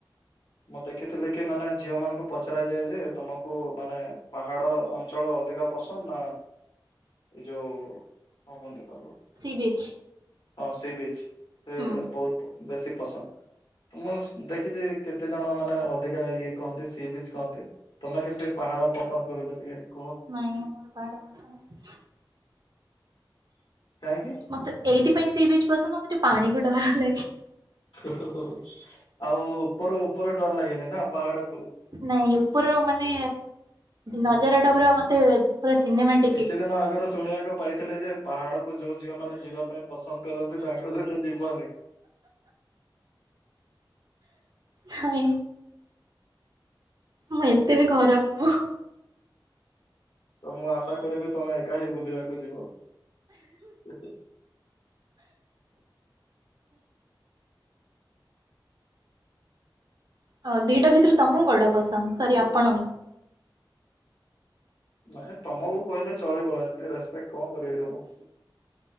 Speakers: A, on the left (about 85°); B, on the right (about 55°).
A: ମୁଁ ଦେଖିଥିଲିକି ମାନେ ଝିଅ ମାନଙ୍କୁ ପଚରା ଯାଏଯେ ତମକୁ ମାନେ ପାହାଡ଼ ଅଞ୍ଚଳ ପ୍ରତିକା ପସନ୍ଦନା ଏଯୋଉ କଣ କୁହନ୍ତି ତାକୁ
B: ସି ବିଚ୍
A: ହଁ ସିବିଚ୍ ସେଟା
B: ହୁଁ
A: ବହୁତ୍ ବେଶୀ ପସନ୍ଦ ମୁଁ ଦେଖିଚି କେତେ ଜଣ ମାନେ ଅଧିକା ଇଏ କହନ୍ତି ସିବିଜ୍ କହନ୍ତି। ତମେ କେମିତି ପାହାଡ଼ ପସନ୍ଦ କରୁଚ ଟିକେ କୁହ?
B: ନାଇଁ ମୋର ପାହାଡ଼ ପସନ୍ଦ।
A: କାହିଁକି?
B: ମତେ ଏଇଥିପାଇଁ ସିବିଚ୍ ପସନ୍ଦ ମତେ ପାଣିକୁ ଡର ଲାଗେ।
A: ଓ -ହୋ -ହୋ ଆଉ ଉପର -ଉପର ଡର ଲାଗେନିନା ପାହାଡ଼କୁ?
B: ନାଇଁ ଉପରୁ ମାନେ ନଜରଟା ପୁରା ମତେ ପୁରା ସିନେମାଟି
A: କିଛି ଦିନ ଆଗରୁ ଶୁଣିବାକୁ ପାଇଥିଲିଯେ ପାହାଡ଼କୁୁ ଯୋଉ ଝିଅ ମାନେ ଯିବା ପାଇଁ ପସନ୍ଦ କରନ୍ତି ତାଙ୍କ ସହିତ ଯିବନି।
B: ହାଏ ମୁଁ ଏତେବି ଖରାପ୍ ନୁହଁ।
A: ତ ମୁଁ ଆଶା କରିବି ତମେ ଏକାହିଁ ବୁଲିବାକୁ ଯିବ? <unintelligible>
B: ହଁ ଦିଟା ଭିତରୁ ତମକୁ କଉଟା ପସନ୍ଦ ସରି ଆପଣଙ୍କୁ?
A: ନାଇଁ ତମକୁ କହିଲେ ଚଳିବ ଏତେ ରେସପେକ୍ଟ୍ କଣ କରିବିରେ ମୁଁ।